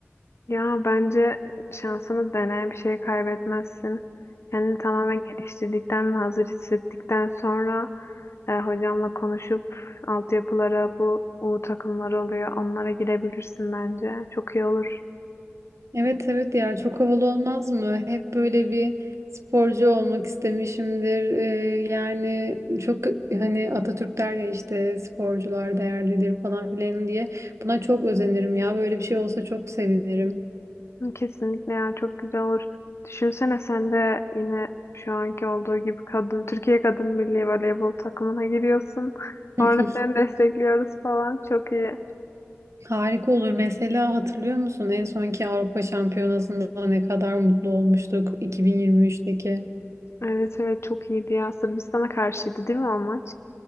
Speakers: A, on the left; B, on the right.
A: Ya bence şansını dene, bir şey kaybetmezsin. Kendini tamamen geliştirdikten ve hazır hissettikten sonra e, hocamla konuşup altyapılara bu U takımları oluyor. Onlara girebilirsin bence. Çok iyi olur.
B: Evet evet ya çok havalı olmaz mı? Hep böyle bir sporcu olmak istemişimdir. Ee, yani çok hani Atatürk der ya işte sporcular değerlidir falan filan diye. Buna çok özenirim ya. Böyle bir şey olsa çok sevinirim.
A: Kesinlikle ya çok güzel olur. Düşünsene sen de yine şu anki olduğu gibi kadın Türkiye Kadın Milli Voleybol takımına giriyorsun.
B: <laughs>
A: Orada seni destekliyoruz falan. Çok iyi.
B: Harika olur. Mesela hatırlıyor musun en sonki Avrupa Şampiyonası'nda ne kadar mutlu olmuştuk 2023'teki?
A: Evet evet çok iyiydi ya. Sırbistan'a karşıydı değil mi o maç?